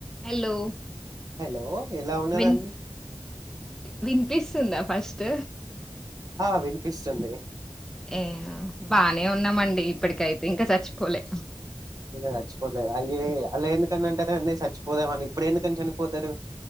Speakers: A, in the centre; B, on the right (about 40°).
A: Hello
B: hello ఎలా ఉన్నదండి
A: విన్ వినిపిస్తుందా ఫస్ట్
B: ఆ వినిపిస్తుంది
A: ఏ బానే ఉన్నామండి ఇప్పటికైతే ఇంక సచ్చిపోలే
B: ఇంకా సచ్చిపోలేద అలా ఎందుకంటారు నేన్ సచ్ పోదామని ఇప్పుడు ఎందుకనీ చనిపోతరు